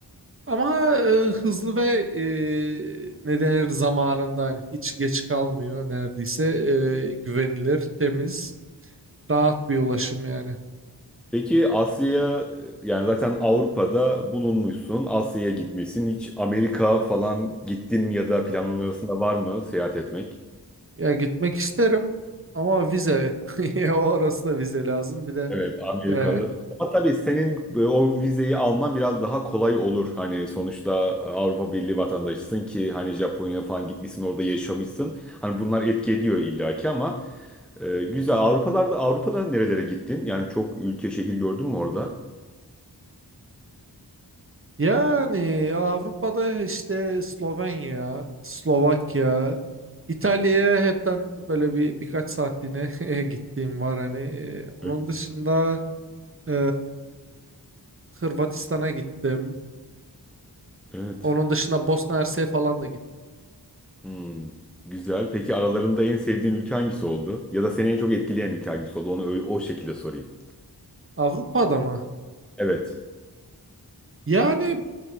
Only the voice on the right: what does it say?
ama e, hızlı ve e, ne denir zamanında hani hiç geç kalmıyor neredeyse E, güvenilir temiz rahat bir ulaşım yani.
Ya gitmek isterim ama vize <laughs> o arasında vize lazım bir de
e,
Yani Avrupa'da işte Slovenya, Slovakya, İtalya'ya hepten böyle bir birkaç saatliğine <laughs> gittiğim var hani. e, Onun
dışında e, Hırvatistan'a gittim.
Onun dışında Bosna Hersek'e falan da gittim.
Avrupa'da mı?
Yani